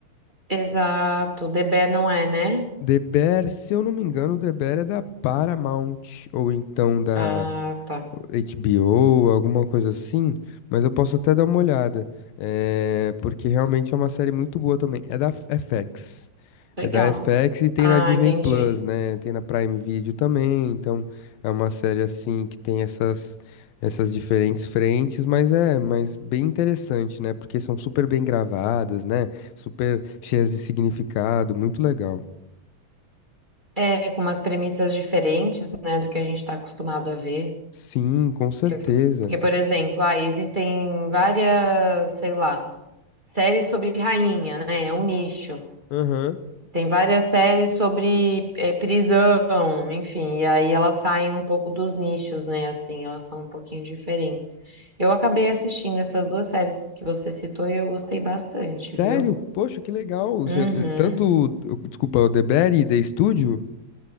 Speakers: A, on the right; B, on the left.
A: Exato, The Bear não é, né?
B: The Bear, se eu não me engano, o The Bear é da Paramount, ou então da.
A: Ah, tá.
B: HBO, alguma coisa assim, mas eu posso até dar uma olhada, é, porque realmente é uma série muito boa também. É da FX.
A: Legal.
B: É da FX e tem
A: Ah,
B: na Disney
A: entendi.
B: Plus, né? Tem na Prime Video também, então é uma série assim que tem essas essas diferentes frentes, mas é, mas bem interessante, né? Porque são super bem gravadas, né? Super cheias de significado, muito legal.
A: É, com umas premissas diferentes, né, do que a gente está acostumado a ver.
B: Sim, com certeza.
A: Porque, porque, por exemplo, ah, existem várias, sei lá, séries sobre rainha, né? É um nicho.
B: Aham.
A: Tem várias séries sobre é, prisão, enfim, e aí elas saem um pouco dos nichos, né? Assim, elas são um pouquinho diferentes. Eu acabei assistindo essas duas séries que você citou e eu gostei bastante,
B: Sério?
A: viu?
B: Poxa, que legal. Você-
A: Uhum.
B: eh, Tanto, desculpa, o DeBerry, The Studio